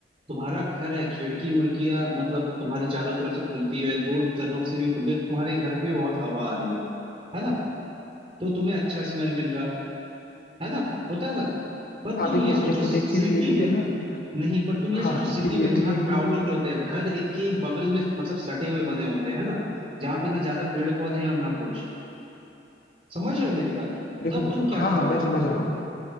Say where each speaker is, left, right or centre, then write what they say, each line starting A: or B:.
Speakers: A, on the right; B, on the left.
A: तुम्हारा घर है खिड़की उड़कियां मतलब तुम्हारे चारों तरफ से खुलती है दो तरफ से भी खुलती है तो तुम्हारे घर में बहुत हवा आ रही है है ना तो तुम्हें अच्छा स्मेल मिल रहा है ना होता है ना पर
B: हाँ
A: तुम
B: देखो
A: ये सोचो
B: देखो
A: सिटी
B: एक चीज ये भी
A: में
B: है ना
A: नहीं पर तुम ये
B: हाँ
A: सोचो सिटी
B: एक चीज ये
A: में जहाँ
B: भी है कि
A: क्राउडेड होते हैं घर एक के एक बगल में मतलब सटे हुए बने होते हैं ना जहाँ पे ना ज्यादा पेड़ पौधे हैं और ना कुछ समझ रहे हो मेरी बात
B: देखो
A: तब तुम क्या
B: हाँ
A: करोगे
B: हाँ मैं समझ रहा हूँ